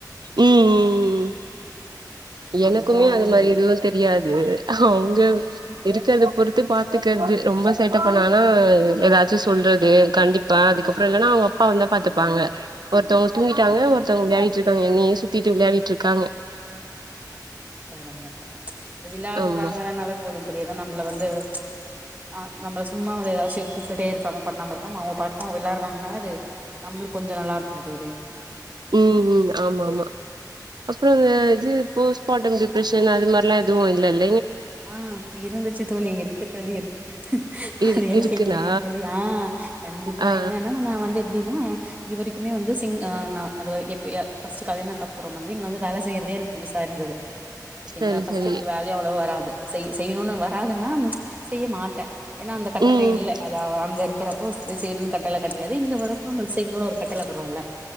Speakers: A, on the right; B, on the right.
A: ம் ம்
B: நம்மளாலலா
A: எனக்குமே அது
B: முடியு
A: மாரி எதுவு தெரியாது அவுங்க
B: ம்
A: இருக்கது பொறுத்து பாத்துக்றது ரொம்ப சேட்ட பண்ணானா எதாச்சு சொல்றது கண்டிப்பே அதுக்கப்றோ இல்லன்னா அவுங்க அப்பா வந்து பாத்துப்பாங்க ஒருத்தோங்க தூங்கிட்டாங்க
B: சரி
A: ஒருத்தோங்க வெளயாடிட்ருக்காங்க என்னயே சுத்திட்டு வெளயாடிட்ருக்காங்க
B: பரவால்லப்பா இந்த விளாடுறாங்கன்னாவே
A: ஆமா
B: போது தோழி ஏனா நம்பள வந்து ஆ நம்ள சும்மா வந்து எதாச்சு கூப்ட்டுட்டே இருக்காம பண்ணாம இருக்காம அவுங்க பாட்டு அவுங்க வெளாட்றாங்கன்னா அது ந ம்ளுக்கு கொஞ்சோ நல்லாருக்கு தோழி
A: ம் ம் ஆமாமா அப்றோ இந்த இது போஸ்பார்டம் டிப்ரஷன் அது மார்லா எதுவு இல்லல்
B: ஆ இருந்துச்சு தோழி இருக்கு தோழி இருக்
A: இரு
B: அது ஏ
A: இருக்குன்னா
B: கேக்குறீங்க தோழி ஆ ஆ கண்டிப்பா
A: ஆ
B: என்னனா நா வந்து ப்டினா இது வரைக்குமே வந்து சிங் ஆ நா அது எப்ப ய ஃபஸ்ட் கல்யாணக்கப்பறோம் வந்து இங்க வந்து வேல செய்யறதே எனக் புதுசாருந்தது ஓகேங்ளா
A: சரி
B: ஃபர்ஸ்ட்டு
A: சரி
B: எனக்கு வேலயு அவ்ளோவா வராது செய் செய்னுன் வராதுனா செய்ய மாட்டே ஏனா அந்த கட்டளை
A: ம்
B: இல்ல அதா அங்கரு க்றப்போ இது செய்ணுன் கட்டள கெடயாது இங்க வரப்ப நம்ம செய்ணுன் ஒரு கட்டள வருல